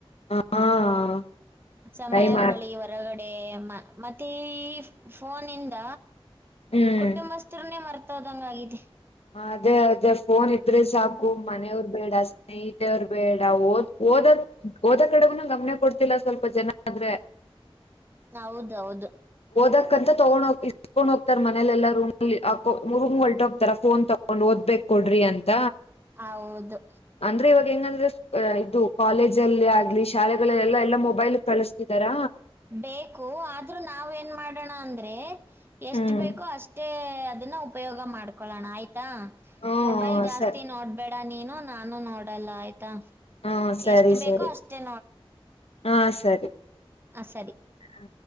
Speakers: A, on the left (about 85°); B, on the right (about 20°).
A: ಹಾ
B: ಸಮಯ
A: ಟ್ರೈ ಮಾಡ್ತ
B: ಕಳಿ ಹೊರಗಡೆ ಮ ಮತ್ತೆ ಈ ಫೋನು ಇಂದ.
A: ಹ್ಮ್
B: ಕುಟುಂಬಸ್ಥರುನೆೇ ಮರ್ತೋದಂಗಾಗಿದೆ.
A: ಅದೇ ಅದೇ ಫೋನ್ ಇದ್ರಿ ಸಾಕು ಮನೆಯವ್ರ ಬೇಡ ಸ್ನೇಹಿತರು ಬೇಡ ಓದ್ ಓದದು ಓದು ಕಡೆಗನು ಗಮನ ಕೊಡ್ತಿಲ್ಲ ಸ್ವಲ್ಪ ಜನ ಆದ್ರೆ. ಹ <unintelligible>
B: ಹೌದೌದು
A: ಓದಕಂತ ತಗೊಂಡ ಹೋಗಿ ಇಸ್ಕೊಂಡ್ ಹೋಗ್ತಾರೆ ಮನೇಲೆಲ್ಲ ರೂಮ್ಲ್ಅಲ್ಲಿ ಹಾಕು ರೂಮ್ ಹೊಲ್ಟ ಹೋಗ್ತಾರೆ. ಫೋನ್ ತಗೊಂಡ್ ಓದ್ಬೇಕ್ ಕೊಡ್ರಿ ಅಂತ.
B: ಹೌದು
A: ಅಂದ್ರೆ ಇವಾಗ ಹೆಂಗಂದ್ರೆ ಇದು ಕಾಲೇಜಲ್ಲಿ ಆಗ್ಲಿ ಶಾಲೆಗಳೆಲ್ಲೆಲ್ಲಾ ಎಲ್ಲಾ ಮೊಬೈಲ್ ಕಳುಸ್ತಿದರ.
B: ಬೇಕು ಆದ್ರೂ ನಾವ ಏನ್ ಮಾಡೋಣ ಅಂದ್ರೆ. ಎಷ್ಟ
A: ಹ್ಮ್
B: ಬೇಕೋ ಅಷ್ಟೇ ಅದನ್ನ ಉಪಯೋಗ ಮಾಡ್ಕೊಳ್ಳೋಣ ಆಯ್ತಾ.
A: ಹ್ಮ
B: ಮೊಬೈಲ್ ಜಾಸ್ತಿ
A: ಸರಿ
B: ನೋಡ್ಬೇಡ ನೀನು ನಾನು ನೋಡಲ್ಲ ಆಯ್ತಾ.
A: ಹಾ ಸರಿ
B: ಎಷ್ಟ್
A: ಸರಿ
B: ಬೇಕೋ ಅಷ್ಟೇ
A: ಹಾ ಸರಿ
B: ಹ ಸರಿ
A: ಹಾ